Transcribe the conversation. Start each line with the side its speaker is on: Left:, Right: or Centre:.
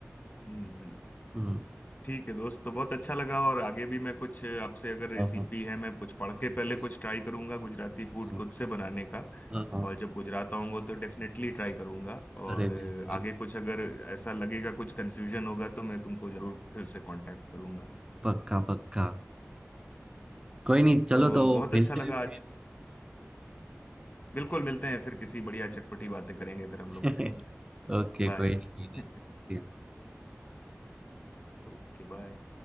Left: हम्म हम्म।
Right: हम्म,
Left: ठीक है दोस्त तो बहुत अच्छा लगा और आगे भी मैं कुछ आपसे अगर रेसिपी
Right: हाँ हाँ
Left: है मैं कुछ पढ़ के
Right: हाँ
Left: पहले कुछ ट्राई करूंगा गुजराती फूड
Right: हाँ
Left: खुद से बनाने का
Right: हाँ, हाँ।
Left: और जब गुजरात आऊंगा तो डेफिनेटली ट्राई करूंगा और
Right: अरे बिल्कुल
Left: आगे कुछ अगर ऐसा लगेगा कुछ कंफ्यूजन होगा तो मैं तुमको जरूर फिर से कांटेक्ट करूंगा
Right: पक्का पक्का कोई नहीं चलो
Left: तो
Right: तो
Left: बहुत
Right: मिलते
Left: अच्छा लगा
Right: हैं
Left: आज
Right: फिर
Left: की बिल्कुल मिलते हैं फिर किसी बढ़िया चटपटी बातें करेंगे फिर हम
Right: <laughs>
Left: लोग <laughs>
Right: ओके
Left: बाय
Right: कोई नहीं कोई नहीं
Left: <laughs> Okay bye